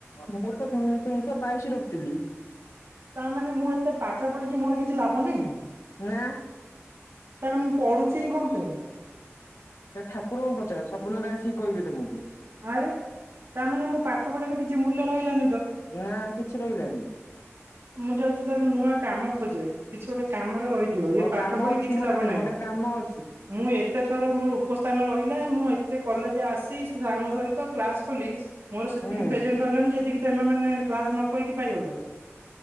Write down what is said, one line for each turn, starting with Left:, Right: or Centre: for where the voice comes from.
Left: ମୁଁ ତ ତିନିଶହ ବାଇଶି ରଖିଥିଲି।
Right: ତା ମାନେ ମୁଁ ଏତେ ପାଠ ପଢିକି ମୋର କିଛି ଲାଭ ନାହିଁ?
Left: ନା।
Right: ତା ହେଲେ ମୁଁ ପଢ଼ୁ ଥିଲି କଣ ପାଇଁ?
Left: ସେ ଠାକୁରଙ୍କୁ ପଚାର ସ୍ୱପ୍ନରେ ଆସି କହିବେ ତମକୁ।
Right: ଆରେ ତାମାନେ ମୋ ପାଠ ପଢାରେ କିଛି ମୂଲ୍ୟ ରହିଲାନି ତ?
Left: ନା କିଛି ରହିଲାନି।
Right: ମୁଁ ଯାଉଛି ତାର ନୂଆ କାମ ଖୋଜେ କିଛି ଗୋଟେ କାମରେ ରହି ଯୋ ଇଏ
Left: ହଁ
Right: ପାଠ
Left: କାମ
Right: ପଢି
Left: ଅଛି
Right: କିଛି
Left: ମୋ
Right: ଲାଭ
Left: ପାଖରେ
Right: ନାହିଁ।
Left: ମୋ ପାଖରେ କାମ ଅଛି।
Right: ମୁଁ ଏତେ ଥର ମୋର ଉପସ୍ଥାନ ରହିଲା ମୁଁ ଏତେ କଲେଜ ଆସି ସେ ସାଙ୍ଗ ସହିତ କ୍ଲାସ କଲି ମୋର ସେତିକି
Left: ହୁଁ
Right: ପ୍ରେଜେଣ୍ଟ ରହିଲାନି ଯେତିକି ତମେ ମାନେ କ୍ଲାସ ନ କରିକି ପାଇଗଲ।